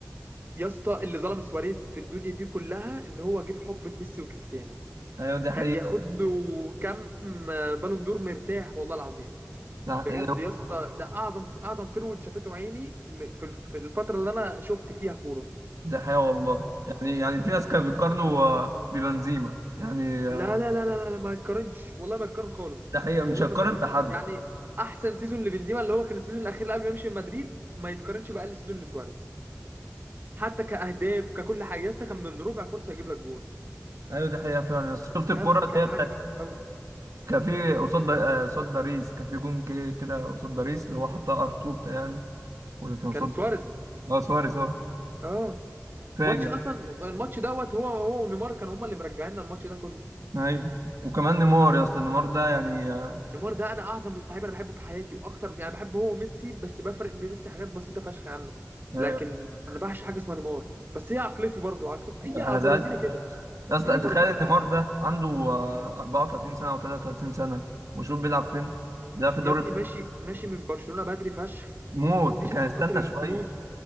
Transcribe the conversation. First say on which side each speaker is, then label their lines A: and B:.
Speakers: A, on the right (about 40°); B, on the right (about 85°).
A: يا اسطى اللي ظلم سواريز في الدنيا دي كلها ان هو جه في حقبة ميسي وكريستيانو
B: أيوة دي حقيقة
A: كان ياخد له كم بالون دور مرتاح والله العظيم
B: ده
A: بجد يا اسطى ده اعظم اعظم فيرود شافته عيني م- في الف- في الفتره اللي انا شفت فيها كوره
B: ده حقيقة والله يعني يعني في ناس كانوا بيقارنوا آه، ببنزيما يعني آه،
A: لا لا لا لا لا ما يتقارنش والله ما يتقارن خالص
B: ده حقيقة مش
A: والله
B: هتقارن
A: ما يتقارن
B: بحد
A: يعني احسن سيزون لبنزيما اللي هو كان السيزون الاخير اللي قبل ما يمشي من مدريد ما يتقارنش باقل سيزون لسواريز حتى كاهداف ككل حاجه يا اسطى كان من ربع فرصه يجيب لك جون
B: ايوه ده حقيقة فعلا بس شفت
A: بجد
B: الكرة اللي
A: كان
B: هي بتاعت
A: حاجه جامده قوي
B: كان في قصاد با- آه، قصاد باريس كان في جون جه كده قصاد باريس اللي هو حطها ار2 بتهيألي ولا كان قصاد
A: كان سواريز
B: اه سواريز اه
A: اه
B: فاجر
A: ماتش اصلا الماتش دوت هو هو ونيمار كانوا هما اللي مرجعينا الماتش ده كله
B: ايوه وكمان نيمار يا اسطى نيمار ده يعني آه،
A: نيمار ده انا اعظم لعيب انا بحبه في حياتي واكتر يعني بحبه هو وميسي بس بفرق بميسي حاجات بسيطه فشخ عنه
B: آه،
A: لكن انا بعشق حاجه اسمها نيمار بس هي عقلتي برضو عقل اي
B: انا
A: برازيلي
B: زعلت
A: كده
B: يا اسطى
A: اي برازيلي
B: تخيل ان
A: كده
B: نيمار ده عنده آه، 34 سنة او 33 سنة وشوف بيلعب فين بيلعب في الدوري
A: يا ابني ماشي ماشي من برشلونه بدري فشخ
B: موت
A: مش
B: كان
A: عشان
B: استنى
A: خاطر الفلوس
B: شوية